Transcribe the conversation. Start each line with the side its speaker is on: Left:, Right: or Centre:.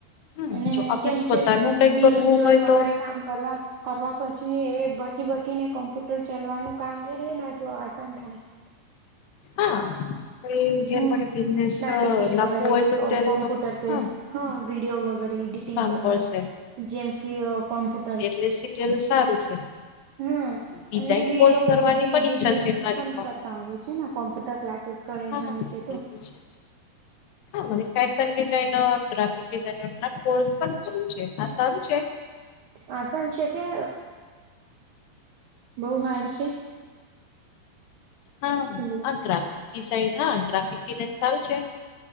Left: હમ
Right: અને
Left: જો આપણે
Right: કેમ
Left: પોતાનું
Right: છે
Left: કઈક
Right: બીજું
Left: કરવું
Right: જળ
Left: હોય
Right: વગેરે
Left: તો
Right: કામ કરવા કરવા પછી એ બટી બટીને કમ્પ્યુટર ચાલવાનું કામ જે રહે ને તો આસાન થાય.
Left: હા ઘેર
Right: હમ
Left: માટેા બિઝનેસ
Right: ના ટિકિટ
Left: લાંુ
Right: વગેરે
Left: હોય તો અત્યારે
Right: કોમ્પ્યુટર
Left: તો
Right: પે
Left: હા
Right: વિડીયો વગેરે એડિટિંગ
Left: કામ
Right: કરવાનું
Left: કરશે
Right: જેમ કે કો્પ્યુટ
Left: એટલે શીખેલું સારુ છે.
Right: હા
Left: ડિઝાઇન
Right: અને વિડીિયો
Left: કોર્સ કરવાની
Right: વગેરે
Left: પણ
Right: એડિટિંગ
Left: ઈચ્છા છે મારી
Right: પણ
Left: તો
Right: કરતા આવે છેન, કોમ્પ્યુટર ક્લાસીસ કરીને
Left: હા
Right: રહે છે
Left: એ તો છે. હા, મને ફેશન ડિઝઇનર ગ્રાફિક ડિઝઇનર ના કોર્સ પણ કરવુ છે. આ સારું છે.
Right: આસાન છે, કે બહ હાર્ડ છે.
Left: હા
Right: હલો
Left: ગ્રાફિકિઝઇન હા ગ્રાફિક ડિઝઇન સારુ છે.